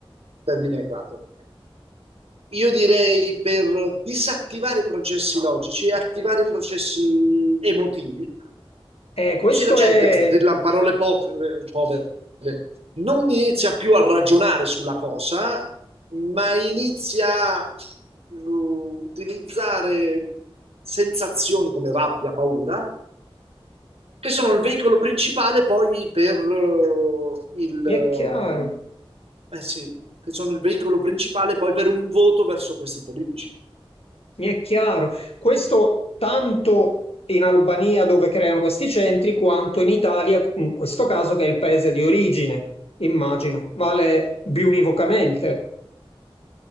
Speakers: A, on the right (about 85°); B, on the left (about 80°).
A: termine errato. Io direi per disattivare i processi logici e attivare i processi emotivi,
B: Eh, questo
A: così la gente,
B: è...
A: per delle parole povere, povere, non inizia più a ragionare sulla cosa, ma inizia a uh, utilizzare sensazioni come rabbia, paura, che sono il veicolo principale poi per eh, il... ehm,
B: mi è chiaro.
A: eh sì, che sono il veicolo principale poi per un voto verso questi politici.
B: Mi è chiaro. Questo tanto in Albania dove creano questi centri, quanto in Italia, in questo caso che è il paese di origine, immagino, vale biunivocamente.